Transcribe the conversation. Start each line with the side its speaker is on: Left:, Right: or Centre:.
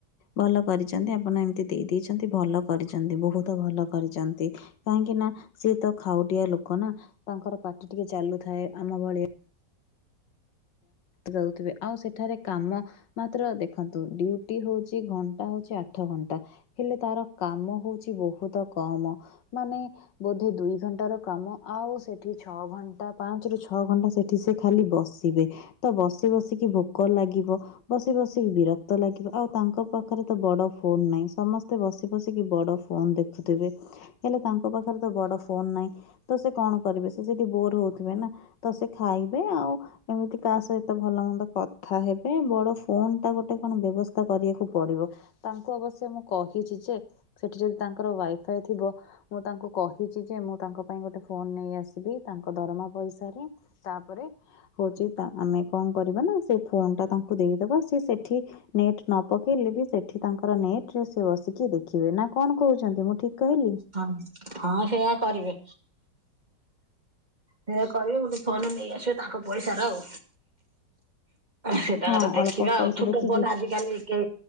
Left: ଭଲ କରିଛନ୍ତି ଆପଣ ଏମତି ଦେଇ ଦେଇଛନ୍ତି ଭଲ କରିଛନ୍ତି ବହୁତ। ଭଲ କରିଛନ୍ତି କାହିଁକି ନା ସିଏ ତ ଖାଉଟିଆ ଲୋକ ନା ତାଙ୍କର ପା ଟିକେ ଚାଲୁଥାଏ ଆମ ଭଳିଆ। ରଉଥିବେ ଆଉ ସେଠାରେ କାମ ମାତ୍ର ଦେଖନ୍ତୁ ଡ୍ୟୁଟି ହଉଛି ଘଣ୍ଟା ହଉଛି ଆଠ ଘଣ୍ଟା। ହେଲେ ତାର କାମ ହଉଛି ବହୁତ କମ୍ ମାନେ ବୋଧେ ଦୁଇ ଘଣ୍ଟାର କାମ ଆଉ ସେଠି ଛଅ ଘଣ୍ଟା ପାଞ୍ଚରୁ ଛଅ ଘଣ୍ଟା ସେଠି ସେ ଖାଲି ବସିବେ। ତ ବସି ବସିକି ଭୋକ ଲାଗିବ ବସି ବସିକି ବିରକ୍ତ ଲାଗିବ ଆଉ ତାଙ୍କ ପାଖରେ ତ ବଡ ଫୋନ ନାହିଁ ସମସ୍ତେ ବସି ବସିକି ବଡ ଫୋନ ଦେଖୁଥିବେ ହେଲେ ତାଙ୍କ ପାଖରେ ତ ବଡ ଫୋନ ନାହିଁ। ତ ସେ କଣ କରିବେ ସେ ସେଠି ବୋର ହଉଥିବେ ନା ତ ସେ ଖାଇବେ ଆଉ ଏମିତି କାହା ସହିତ ଭଲ ମନ୍ଦ କଥା ହେବେ ବଡ ଫୋନ ଟା ଗୋଟେ କଣ ବ୍ୟବସ୍ଥା କରିବାକୁ ପଡିବ ତାଙ୍କୁ ଅବଶ୍ୟ ମୁଁ କହିଛି ଯେ ସେଠି ଯଦି ତାଙ୍କର ୱାଇଫାଇ ଥିବ ମୁଁ ତାଙ୍କୁ କହିଛି ଯେ ମୁଁ ତାଙ୍କ ପାଇଁ ଗୋଟେ ଫୋନ ନେଇ ଆସିବି ତାଙ୍କ ଦରମା ପଇସାରେ। ତାପରେ ହଉଛି ତା ଆମେ କଣ କରିବା ନା ସେ ଫୋନ ଟା ତାଙ୍କୁ ଦେଇଦବା ସେ ସେଠି ନେଟ ନ ପକେଇଲେ ବି ସେଠି ତାଙ୍କର ନେଟ ରେ ସେ ବସିକି ଦେଖିବେ ନା କଣ କହୁଛନ୍ତି ମୁଁ ଠିକ କହିଲି?
Right: ହଁ, ହଁ ସେଇୟା କରିବେ। ହେ କରିବେ ଗୋଟେ ଫୋନ ନେଇ ଆସିବ ତାଙ୍କ ପଇସାର ଆଉ। ସେ ତାଙ୍କର
Left: ହଁ
Right: ଦେଖିବା
Left: ଅଳ୍ପ
Right: ଆଉ
Left: ପଇସା
Right: ଛୋଟ
Left: ଦେଖିକି
Right: ଫୋନ ଆଜିିକାଲି କେ